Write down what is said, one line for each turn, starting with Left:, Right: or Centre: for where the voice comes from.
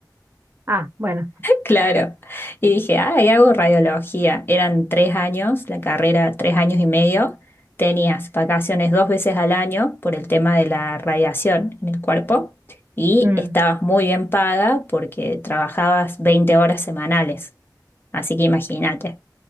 Right: Ah, bueno,
Left: Claro. Y dije, ah, y hago radiología. Eran tres años, la carrera tres años y medio. Tenías vacaciones dos veces al año por el tema de la radiación en el cuerpo y
Right: mm,
Left: estabas muy bien paga porque trabajabas 20 horas semanales. Así que imagínate.